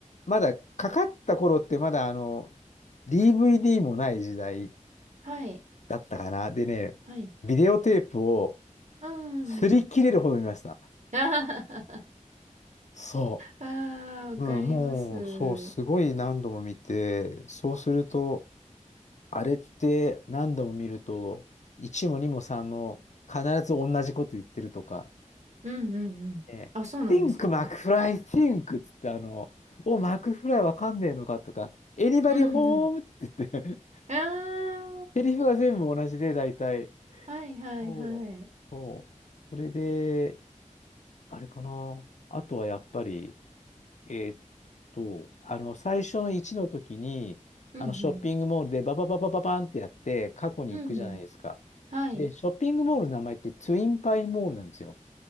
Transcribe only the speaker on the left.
まだかかった頃ってまだあの、DVD もない時代
だったかな。でね、
ビデオテープを
擦り切れるほど見ました。
そ
う。うん、もう、
そう、すごい何度も見て、そうすると、あれって何度も見ると、1も2も3も必ず同じこと言ってるとか、
ね、
Think, マクフライ Think っつって、あの、お、マクフライわかんねえのかとか、Anybody
home? って言って
セリフが全部同じで、大体。
たうそう。それで、あれかな。あとはやっぱり、えーっと、あの、最初の1の時に、
あの、ショッピングモールでババババババンってやって、過去に行くじゃないですか。
で、ショッピングモールの名前ってツインパイモールなんですよ。